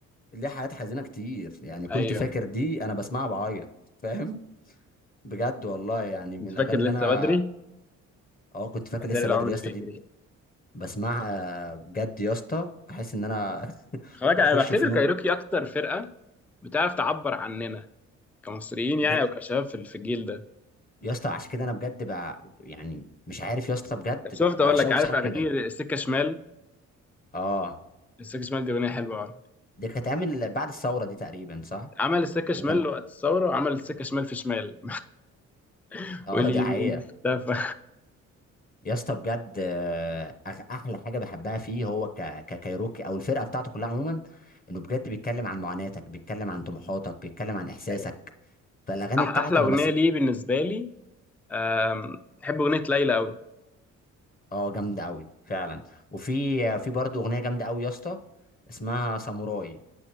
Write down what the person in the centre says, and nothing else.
ايوه
انت
فاكر
لسه
بدري
اتاري
العمر
بيجري
خلاك
انا بعتبر
كايروكي اكتر فرقه بتعرف تعبر عننا كمصريين يعني
او كشباب في في الجيل ده
طب شفت
اقول
لك عارف
اغاني
السكه شمال
السكه شمال دي اغنيه حلوه أوي.
عمل السكه شمال
وقت الثوره وعمل السكه شمال في شمال <laughs>
واليمين
اختفى
ايوه
أح-
احلى اغنيه
ليه بالنسبه لي أم، بحب اغنيه ليلى قوي